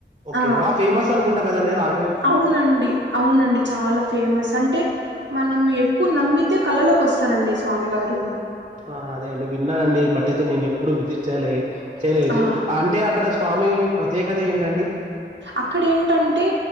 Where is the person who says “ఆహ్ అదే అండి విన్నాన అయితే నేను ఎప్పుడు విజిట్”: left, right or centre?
Right